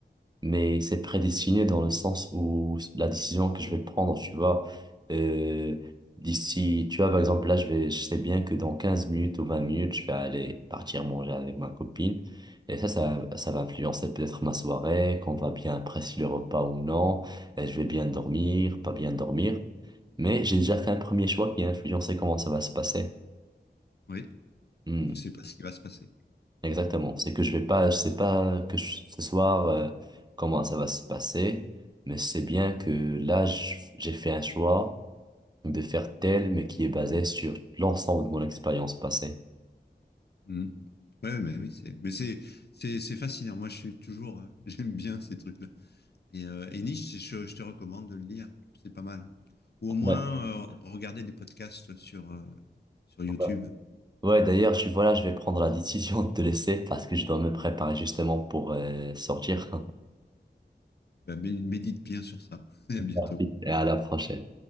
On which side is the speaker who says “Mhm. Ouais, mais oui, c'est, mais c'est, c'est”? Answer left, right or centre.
Left